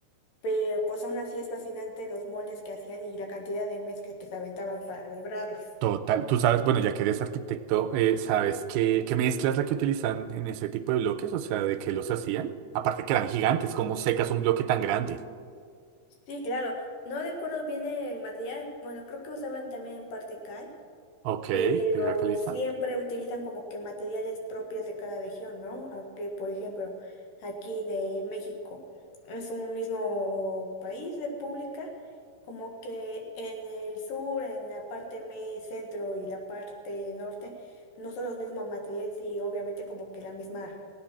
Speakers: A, on the left; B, on the right.
A: Pero pues aún así es fascinante los moldes que hacían y la cantidad de mezcla que se aventaban para lograrlos.
B: Total. Tú sabes, bueno, ya que eres arquitecto, eh, ¿sabes qué, qué mezcla es la que utilizan en ese tipo de bloques? O sea, ¿de qué los hacían? Aparte que eran gigantes, ¿cómo secas un bloque tan grande?
A: Sí, claro. No recuerdo bien el material. Bueno, creo que usaban también en parte cal.
B: Ok,
A: pero
B: piedra caliza.
A: siempre utilizan como que materiales propios de cada región, ¿no? Aunque, por ejemplo, aquí de México es un mismo país, república, como que en el sur, en la parte me- centro y la parte norte, no son los mismos materiales y obviamente como que la misma